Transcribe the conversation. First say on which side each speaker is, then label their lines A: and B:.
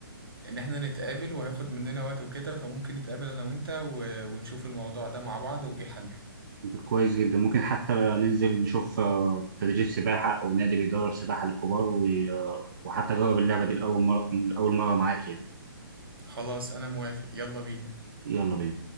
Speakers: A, on the right; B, on the right.
A: إن إحنا نتقابل وهياخد مننا وقت وكده فممكن نتقابل أنا وإنت و... ونشوف الموضوع ده مع بعض وإيه حله
B: كويس جدا ممكن حتى ننزل نشوف آه، تدريب سباحة أو نادي بيدرب سباحة للكبار و- آه، وحتى أجرب اللعبة دي لأول مرة أول مرة معاك يعني
A: خلاص أنا موافق يلا بينا
B: يلا بينا